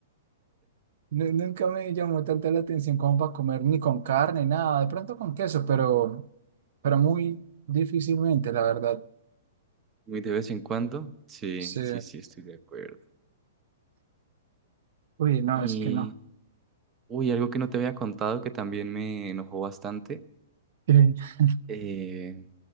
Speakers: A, on the right; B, on the right.
A: Nu- nunca me llamó tanto la atención como para comer ni con carne, nada, de pronto con queso, pero, pero muy difícilmente, la verdad.
B: Muy de vez en cuando. Sí,
A: Sí.
B: sí, sí, estoy de acuerdo.
A: Uy, no,
B: Y,
A: es que no.
B: uy, algo que no te había contado que también me enojó bastante.
A: <laughs>
B: eh,